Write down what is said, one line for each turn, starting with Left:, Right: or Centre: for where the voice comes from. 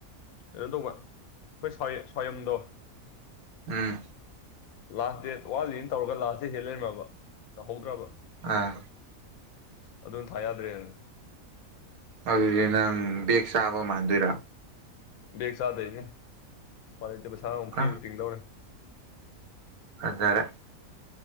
Left: ꯀꯩꯅꯣ ꯇꯧꯕ ꯑꯩꯈꯣꯏ ꯁ꯭ꯋꯥꯌꯝꯗꯣ
Right: ꯎꯝ
Left: ꯂꯥꯁ ꯗꯦꯠ ꯋꯥꯟꯂꯤꯅ ꯇꯧꯔꯒ ꯂꯥꯁ ꯗꯦ ꯍꯦꯜ ꯂꯩꯔꯝꯃꯕ ꯇꯧꯍꯧꯗ꯭ꯔꯕ
Right: ꯑꯥ
Left: ꯑꯗꯨꯅ ꯊꯥ ꯌꯥꯗ꯭ꯔꯦꯅ
Right: ꯑꯗꯨꯗꯤ ꯅꯪ ꯕꯦꯒ ꯆꯥꯕ ꯃꯥꯟꯗꯣꯏꯔꯥ
Left: ꯕꯦꯛ ꯆꯥꯗꯩꯅꯦ ꯎꯄꯥꯏ ꯂꯩꯇꯦ ꯄꯩꯁꯥ ꯑꯃꯛ ꯐ꯭ꯔꯤꯗ
Right: ꯑ
Left: ꯇꯤꯡꯗꯧꯅꯤ
Right: ꯐꯖꯔꯦ